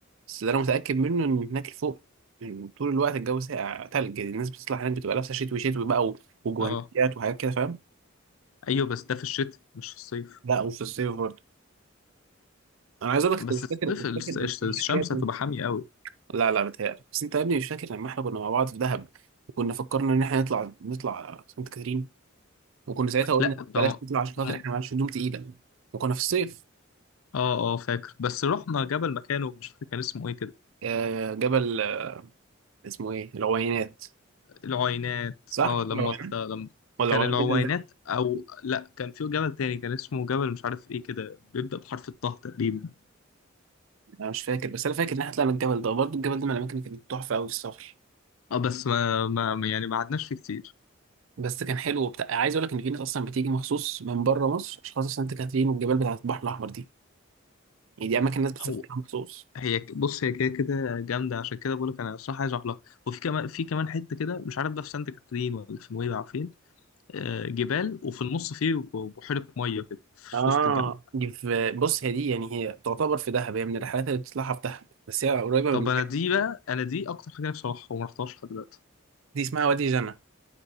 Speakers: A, on the right; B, on the left.
A: بس اللي انا متاكد منه ان هناك فوق يعني طول الوقت الجو ساقع تلج يعني الناس بتطلع هناك بتبقى لابسه شتوي شتوي بقى و- وجوانتيات
B: اه
A: وحاجات كده فاهم
B: ايوه بس ده في الشتاء مش في الصيف
A: لا وفي الصيف برضه انا عايز اقول لك
B: بس
A: انت مش
B: الصيف
A: فاكر مش
B: الس-
A: فاكر انت
B: الس-
A: مش
B: الشمس
A: فاكر يا ابني
B: هتبقى حامية قوي
A: لا لا بتهيألك بس انت يا ابني مش فاكر لما احنا كنا مع بعض في دهب وكنا فكرنا ان احنا نطلع نطلع سانت كاترين وكنا ساعتها قلنا
B: لا ده
A: بلاش
B: هو-
A: نطلع عشان خاطر
B: م-
A: احنا معانا هدوم تقيله وكنا في الصيف
B: اه اه فاكر بس رحنا جبل مكانه مش فاكر كان اسمه ايه كده
A: آه، جبل آه، اسمه ايه العوينات
B: العوينات
A: صح
B: اه
A: مش
B: لما
A: العوينات
B: طلع- لما
A: ولا
B: كان
A: العوينات
B: العوينات
A: ده اللي تحت؟
B: او لا كان في جبل تاني كان اسمه جبل مش عارف ايه كده بيبدأ بحرف الطه تقريبا
A: انا مش فاكر بس انا فاكر ان احنا طلعنا الجبل ده برضه الجبل ده من الاماكن اللي كانت تحفه قوي في السفر
B: اه بس ما, ما يعني ما قعدناش فيه كتير
A: بس كان حلو وبتاع عايز اقول لك ان في ناس اصلا بتيجي مخصوص من بره مصر عشان خاطر سانت كاترين والجبال بتاعت البحر الاحمر دي يعني دي اماكن الناس بتسافرها
B: هو
A: مخصوص
B: هي ك- بص هي كده كده جامده عشان كده بقول لك انا الصراحه عايز اروح لها وفي كمان في كمان حته كده مش عارف ده في سانت كاترين ولا في نويبع فين آه، جبال وفي النص فيه ب- بحيرة مية كده في
A: اه
B: وسط الجبل
A: دي في بص هي دي يعني هي تعتبر في دهب هي من الرحلات اللي بتطلعها في دهب بس هي قريبه من
B: طب أنا دي بقى أنا دي أكتر حاجة نفسي أروحها وما رحتهاش لحد دلوقتي
A: دي اسمها وادي جنة